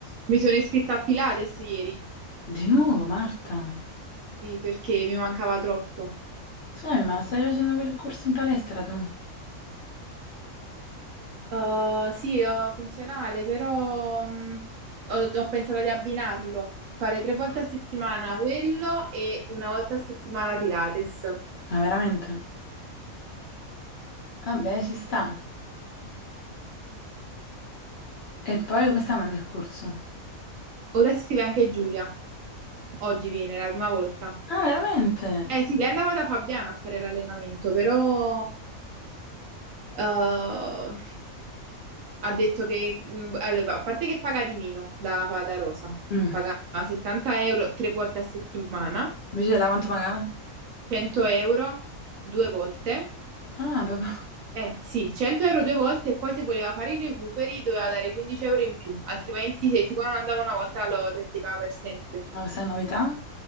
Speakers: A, on the right; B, on the left.
A: Mi sono iscritta a Pilates ieri,
B: Di nuovo, Marta?
A: sì, perché mi mancava troppo.
B: Scusami, ma non stai facendo quel corso in palestra tu? Ma
A: Uh, sì, ho funzionale, però mh, ho, ho pensato di abbinarlo, fare tre volte a settimana quello e una volta a settimana Pilates.
B: veramente? Vabbè, ci sta. E poi come sta andando il corso?
A: Ora si scrive anche Giulia, oggi viene la prima volta.
B: Ah, veramente?
A: Eh sì, lei andava da Fabiana a fare l'allenamento, però Eh, ha detto che, mh, allora, a parte che paga di meno da, da Rosa,
B: Mm.
A: paga 70 euro tre volte a settimana,
B: Invece là quanto pagava?
A: 100 euro due volte,
B: Ah, proprio.
A: eh sì, 100 euro due volte e poi se voleva fare i recuperi doveva dare 15 euro in più, altrimenti se tipo non andava una volta lo perdeva per sempre.
B: Ma questa è una novità?